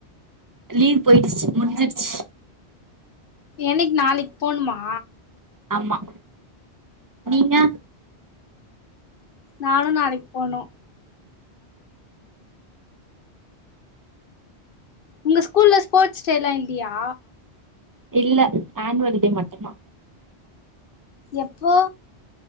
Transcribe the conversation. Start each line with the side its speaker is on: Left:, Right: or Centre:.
Right: லீவ் போயிடுச்சு முடிஞ்சிடுச்சு
Left: என்னைக்கு நாளைக்கு போணுமா
Right: ஆமா நீங்க
Left: நானு நாளைக்கு போனு உங்க ஸ்கூல்ல ஸ்போர்ட்ஸ் டேல்லா இல்லியா
Right: இல்ல ஆன்வல் டே மட்டுதா
Left: எப்போ